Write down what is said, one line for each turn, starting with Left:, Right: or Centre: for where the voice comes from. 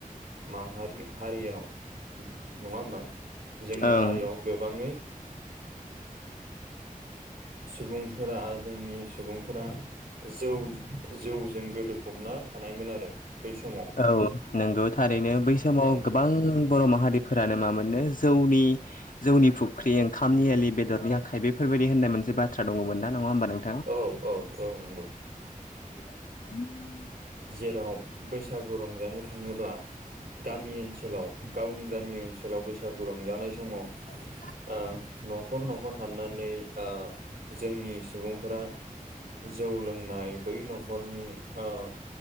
Right: माहारि हारियाव नङा होमबा जोंनि
Left: ओं
Right: हारियाव गोबाङै सुबुंफोरा जोंनि सुबुंफोरा जौ जौजों गोदोफबना थानायमोन आरो। बै समाव
Left: औ नंगौ थारैनो बै समाव
Right: ओं
Left: गोबां बर' माहारि फोरानो मा मोनो जौनि जौनि फुख्रि ओंखामनि एलि बेदरनि आखाइ बेफोरबायदि होननाय मोनसे बाथ्रा दङमोन नङा होमबा नों
Right: औ औ औ नंगौ
Left: <inaudible>
Right: जेराव बैसागु रंजानो थाङोब्ला गामि ओनसोलाव गावनि गामि ओनसोलाव बैसागु रंजानाय समाव
Left: <inaudible>
Right: ओ न'खर न'खर हाबनानै ओ जोंनि सुबुंफोरा जौ लोंनाय बै न'खरनि ओ